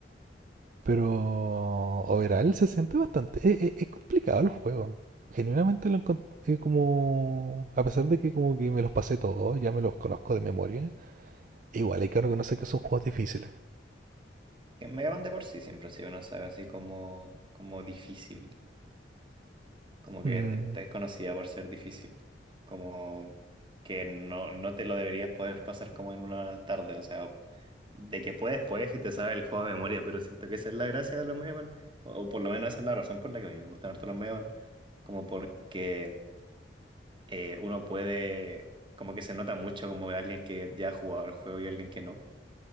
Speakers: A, on the right; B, on the right.
A: pero overall se siente bastante, eh, eh, es complicado el juego, genuinamente lo encontré como, a pesar de que como que me los pasé todos, ya me los conozco de memoria, Igual hay que reconocer que son juegos difíciles.
B: Que Mega Man de por sí siempre ha sido una saga así como, como difícil. Como que
A: Mm,
B: te- te es conocida por ser difícil. Como que no, no te lo deberías poder pasar como en una tarde. O sea, de que puedes, puedes y te sabe el juego de memoria, pero siento que esa es la gracia de los Megaman. O, o por lo menos esa es la razón por la que a mí me gustan harto los Megaman. Como porque eh, uno puede. Como que se nota mucho como alguien que ya ha jugado el juego y alguien que no.